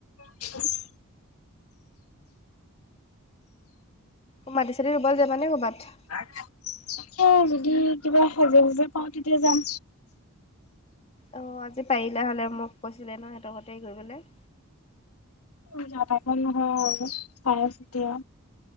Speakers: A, on the left; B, on the left.
A: <inaudible>
B: অ মাতিছে যে এবাৰ যাবানে ক'বাত।
A: <unintelligible> এ যদি কিবা হেজেংকে পাওঁ তেতিয়া যাম।
B: অঁ আজি পাৰিলে হ'লে মোক কৈছিলে ন সিহঁতৰ ঘৰতে গৈ বেলে।
A: উ যা তা কাম নহয় আই এছ এতিয়া।